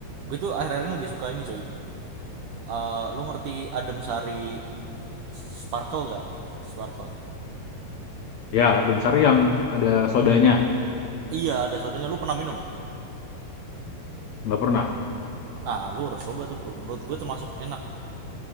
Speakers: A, on the right; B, on the left.
A: gue tuh akhir-akhir ini lagi suka ini coy Eh, lu ngerti Adem Sari Sparkle gak? Sparkle.
B: Ya, adem sari yang ada sodanya?
A: Iya, ada sodanya. Lu pernah minum?
B: Nggak pernah?
A: Ah, lu harus coba tuh bro. Menurut gue termasuk enak.